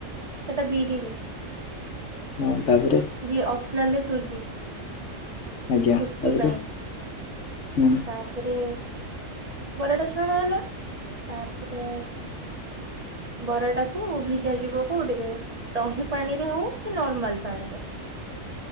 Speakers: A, on the right; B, on the left.
A: ସେଟା ବିରିରେ।
B: ହଁ ତାପରେ
A: ଯି ଓପ୍ସନାଲରେ ସୁଜି।
B: ଆଜ୍ଞା
A: କ୍ରିସ୍ପି
B: ତାପରେ
A: ପାଇଁ। ତା
B: ହୁଁ
A: ତାପରେ ବରାଟା ଛଣା ହେଲା। ତାପରେ ବରାଟାକୁ ଭିଜା ଯିବ କୋଉଠିରେ ଦହି ପାଣିରେ ହଉ କି ନର୍ମାଲ ପାଣିରେ।